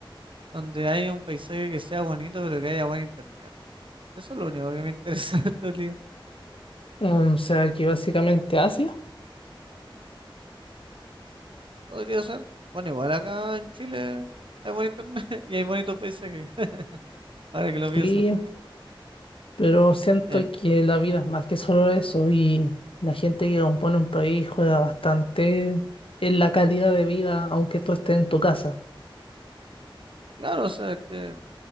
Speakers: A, on the right (about 65°); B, on the left (about 75°).
A: donde haya un paisaje que sea bonito, pero que haya buen internet. Eso es lo único que me interesa <laughs> en realidad.
B: O sea, que básicamente Asia.
A: Podría ser. Bueno, igual acá en Chile hay buen internet <laughs> y hay bonitos paisajes. <laughs> Ahora que lo pienso.
B: Sí, Pero siento
A: Eh,
B: que la vida es más que solo eso y la gente que compone un país juega bastante en la calidad de vida, aunque tú estés en tu casa,
A: claro, o sea que,